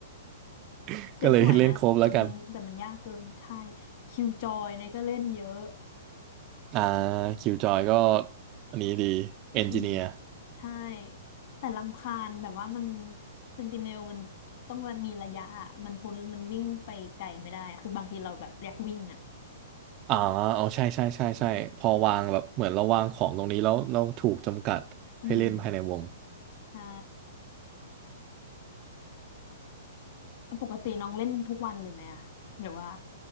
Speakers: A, on the right; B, on the left.
A: <laughs>
B: เจ็ดสวยนะแต่มันแต่มันยากเกินใช่
A: ก็เลยเล่นโครบแล้วกัน
B: คิวจอยเนี่ยก็เล่นเยอะ
A: อ่าคิวจอยก็อันนี้ดีเอนจิเนียร์
B: อืมใช่แต่รำคาญแบบว่ามันเซนติเนลมันต้องมีระยะอะมันพ้นมันวิ่งไปไกลไม่ได้อะคือบางทีเราแบบอยากวิ่งอ่ะ
A: อ๋อเอาใช่ใช่ใช่ใช่พอวางแบบเหมือนเราวางของตรงนี้แล้วเราถูกจำกัดให้เล่นภายในวง
B: อืมใช่แล้วปกติน้องเล่นทุกวันเลยไหมอะหรือว่า